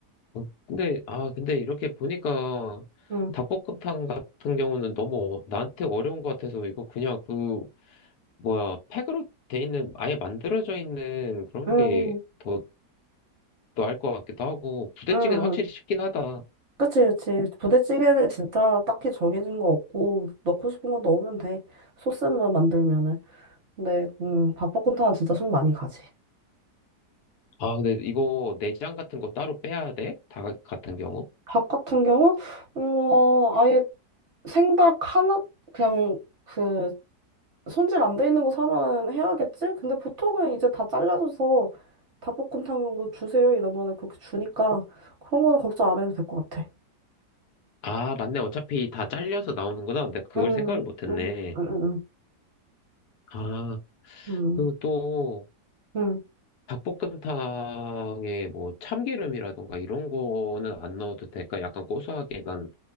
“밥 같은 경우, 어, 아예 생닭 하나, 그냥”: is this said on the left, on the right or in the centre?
Right